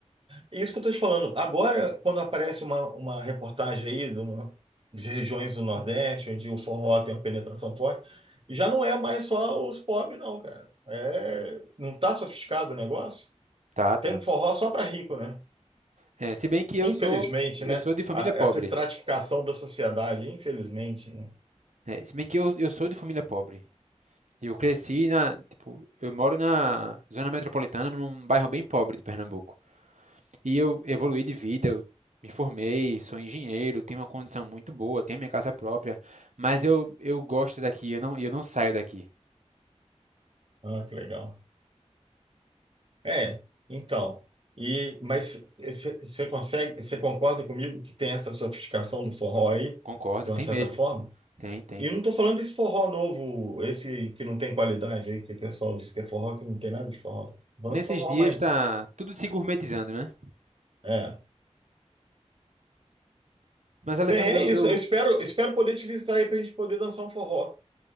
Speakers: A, on the right; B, on the right.
A: E isso que eu estou te falando. Agora, quando aparece uma, uma reportagem aí do, de regiões do Nordeste, onde o forró tem uma penetração forte, já não é mais só os pobres, não, cara. É, não está sofisticado o negócio?
B: Tá, tá.
A: Tem forró só para rico, né?
B: É, se bem que eu
A: Infelizmente,
B: sou, eu
A: né?
B: sou de família
A: A-
B: pobre.
A: Essa estratificação da sociedade, infelizmente, né?
B: É, se bem que eu, eu sou de família pobre. Eu cresci na, tipo, eu moro na zona metropolitana, num bairro bem pobre de Pernambuco. E eu evoluí de vida, eu me formei, sou engenheiro, tenho uma condição muito boa, tenho minha casa própria, mas eu, eu gosto daqui, eu não, eu não saio daqui.
A: Ah, que legal. É, então. E, mas você consegue, você concorda comigo que tem essa sofisticação do forró aí,
B: Concordo,
A: de uma
B: tem
A: certa
B: mesmo.
A: forma?
B: Tem, tem.
A: E eu não estou falando desse forró novo, esse que não tem qualidade aí, que o pessoal diz que é forró, que não tem nada de forró. Vamos
B: Nesses
A: forró,
B: dias
A: mais.
B: tá tudo se gourmetizando, né?
A: É.
B: Mas, Alessandro,
A: Bem, é
B: eu,
A: isso. Eu espero,
B: eu-
A: espero poder te visitar aí para a gente poder dançar um forró.